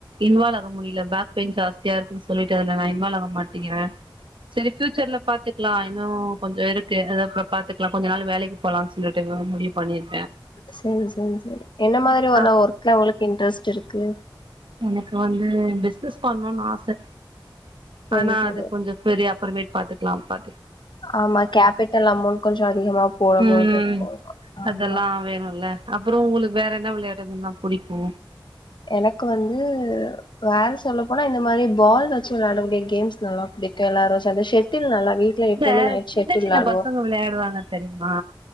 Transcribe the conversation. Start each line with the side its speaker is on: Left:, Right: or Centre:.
Right: இன்வாலாக முடில பேக் பெயின் ஜாஸ்தியா இருக்குன்னு சொல்லிட்டு அதுல நா இன்வாலாக மாட்டேங்கறே செரி ஃபியூச்சர்ல பாத்துக்கலா இன்னும் கொஞ்சொ இருக்கு அது அப்புறோ பாத்துக்கலா கொஞ்ச நாள் வேலைக்கு போலான் சொல்லிட்டு முடிவு பண்ணிரு
Left: செரி செரி செரி என்ன மாரி உள்ள
Right: அப்
Left: ஒர்க்ல உங்களுக்கு இன்ட்ரெஸ்ட் இருக் கு
Right: எனக்கு வந்து பிசினஸ் பண்ணுனு ஆச
Left: செரி
Right: ஆனா
Left: செரி
Right: அது கொஞ்ச பெரியா அப்பறமேட் பாத்துக்கலா பா
Left: ஆமா கேபிட்டல் அமௌண்ட் கொஞ்ச அதிகமா போறபோது
Right: ம்
Left: இருக்கு ஆமா
Right: அதெல்லா வேணுல்ல அப்புறோ உங்களுக்கு வேற என்ன விளையாட்டுகலொ புடிக்கு
Left: எனக்கு வந்து வேற சொல்ல போனா இந்த மாரி பால் வச்சு விளையாடக்கூடிய கேம்ஸ் நல்லா புடிக்கும் எல்லாரு அந்த ஷெட்டில் நல்லா வீட்ல எப்பவுமே
Right: இந்த
Left: நைட்
Right: சின்ன
Left: ஷெட்டில்
Right: சின்ன
Left: விளாடுவோ
Right: பசங்க விளையாடுவாங்க தெரியுமா